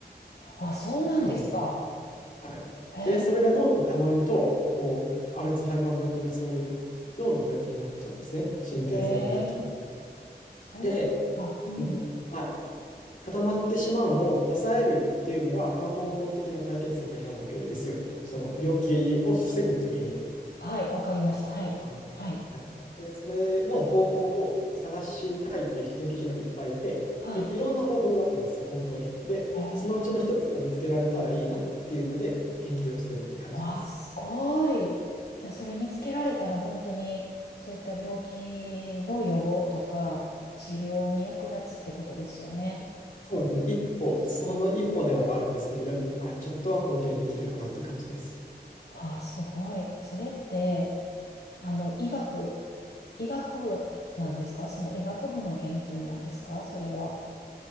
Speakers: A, on the left; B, on the left.
A: あ、そうなんですか。
B: あの、はい。
A: へえ、
B: で、それが脳に溜まると、こう、アルツハイマー病とかそういう脳の病気になっちゃうんですね。神経性の病気に。
A: へえ、そうなんだ。
B: で、その、
A: うん。
B: はい、固まってしまうのを抑えるっていうのが、まあ、根本的な解決策になるわけですよ。その病気を防ぐっていう意味で。
A: はい、わかりました。はい、
B: あの、
A: はい、
B: はい。で、それの方法を探したいっていう研究者がいっぱいいて、
A: はい。
B: で、いろんな方法があるんですよ、本当に。で、
A: へえ、
B: そのうちの一つを見つけられたらいいなっていうので、研究をしてるっていう感じです。
A: わ、すごい。いや、それ見つけられたら本当にそういった病気の予防とか治療に役立つってことですよね。
B: そうですね。一歩、その一歩ではあるんですけど、でも、はい、ちょっとは貢献できるかなっていう感じです。
A: あ、すごい。それって、あの、医学、医学部なんですかその医学部の研究なんですかそれは、